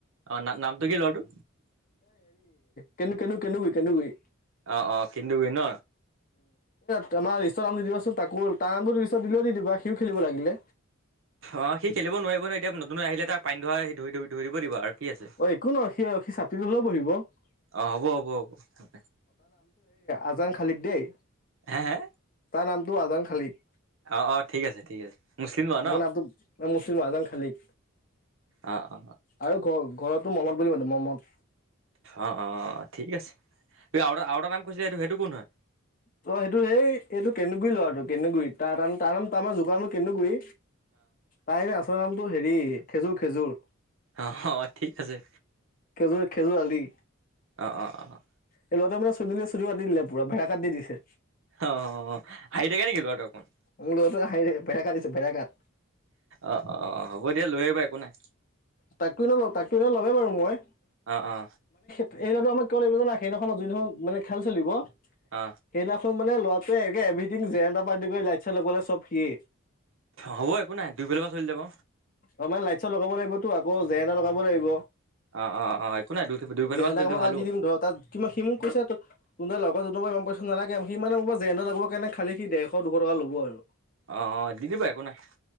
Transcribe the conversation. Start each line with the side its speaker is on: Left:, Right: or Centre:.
Right: অ নামটো কি ল'ৰাটো
Left: কেনু কনু কনু গৈ কেনু গৈ
Right: অ অ কিন্দো গৈ ন
Left: ত আমাৰ লিষ্টৰ নাম দি দিবাচোন তাকো তাৰ নামটো লিষ্টত দিলেও দি দিবা সিও খেলিব লাগিলে
Right: অ সি খেলিব নোৱাৰিব নহয় এতিয়া নতুন আহিলে তাক পানী ধৰা ধৰি ধৰি দিব দিব আৰু কি আছে
Left: অ একো নহয় সি সি চাপৰিত হ'লেও বহিব অ
Right: অ হ'ব হ'ব হ'ব
Left: আজং খালীক দেই
Right: হে, হে।
Left: তাৰ নামটো আজান খালিক।
Right: অ অ ঠিক আছে ঠিক আছে মুছলিম ল'ৰা ন
Left: মোৰ নামটো মুছিদ মজান খালিক।
Right: অ অ
Left: আৰু ঘ ঘৰতো মহম্মদ বুলি মাতো মহম্মদ
Right: অ অ ঠিক আছে আৰু আৰু এটা নাম কৈছিল সেইটো সেইটো কোন হয়?
Left: তই সেইটো সেই এইটো কেনুগুৰি ল'ৰাটো কেনুগুৰিত তাৰ তাৰ নাম তাৰ আমাৰ জোকানামটো কেন্দুগুৰি। তাইনে আচল নামটো হেৰি খেজুৰ খেজুৰ।
Right: অ অ ঠিক আছে।
Left: খেল <unintelligible> খেলেলো আলি
Right: অ', অ', অ।
Left: এই লৰাতে মানে চু <unintelligible> চু কাট দিলে পৰা ভেৰা কাট দিছে
Right: অ হাঁহি থাকে নেকি ল'ৰাটো অকমান
Left: মোৰ লগৰাটো হাঁহি। ভেড়া কাট দিছে ভেড়া কাট
Right: অ', অ', অ', হ'ব দিয়া লৈ আহিবা একো নাই।
Left: তাকো এ ল তাকো এনে ল'বে বাৰু মই।
Right: আহ অ।
Left: সেইনাটো আমাক ক' লাগিব জানা। সেইদিনাখন আ যোনদিখন মানে খেল চলিব।
Right: অ
Left: সেইদিনাখন মানে ল'ৰা। ত একে এভৰিথিং জেণ্টা পাৰদি কৰি লাইট চাই লগাললে চব ফিয়ে।
Right: হ'ব একো নাই দুইফালৰ পৰা চলি যাব
Left: আমাৰ লাইত, পিছত লগাব লাগিবতো আকৌ জেনটা লগাব লাগিব।
Right: অ অ অ একো নাই দুই দুইফালৰ
Left: যে
Right: পৰা
Left: কামত
Right: চলিলে ভাল
Left: লাগ
Right: হ'ব
Left: দিম <unintelligible> ধৰ তাত তমা সি মোক কৈছো ত তোন লগৰ পইচা নালাগে সি মানে জেন লাগৰ কাৰণে খালি সি ডেৰশ দুশ টকা ল'ব আৰু,
Right: অ অ দি দিবা একো নাই